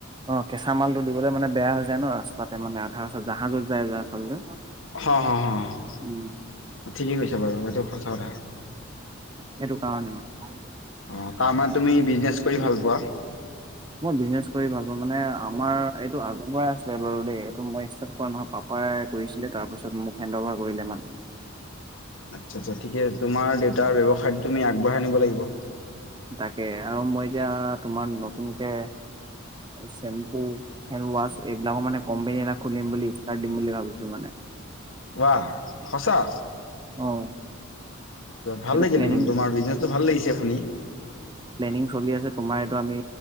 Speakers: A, on the right; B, on the left.
A: অ কেঁচা মালটো দিবলে মানে বেয়া হৈ যায় ন', ৰাস্তাতে মানে আধা জাহাজত যাই যে আচলতে।
B: হ' হ'
A: উম
B: ঠিকেই কৈছে বাৰু এইটো সঁচা কথা।
A: সেইটোকাৰনে মানে
B: অ তাৰমানে তুমি বিজনেছ কৰি
A: মই
B: ভাল পোৱা
A: বিজনেছ কৰি ভাল পাওঁ মানে আমাৰ এইটো আগৰ পৰাই আছিলে বাৰু দেই এইটো মই ষ্টাৰ্ট কৰা নহয়, পাপাই কৰিছিলে। তাৰপিছত মোক হেণ্ডঅভাৰ কৰিলে মানে।
B: আচ্ছ, আচ্ছা, ঠিকে আছে, তোমাৰ দেউতাৰ ব্যৱসায়টো তুমি আগবঢ়াই নিব লাগিব।
A: তাকে, আৰু মই এতিয়া তোমাৰ নতুনকে চেম্পু, হেণ্ডৱাছ, এইবিলাকৰ মানে কোম্পনী এটা খুলিম বুলি, ষ্টাৰ্ট দিম বুলি ভাবিছো মানে।
B: বাহ সচাঁ।
A: অ
B: ভাল
A: এইটো
B: লাগিল
A: প্লেনিং
B: দেখোন, তোমাৰ বিজনেচটো ভাল লাগিছে শুনি।
A: প্লেনিং চলি আছে, তোমাৰ এইটো আমি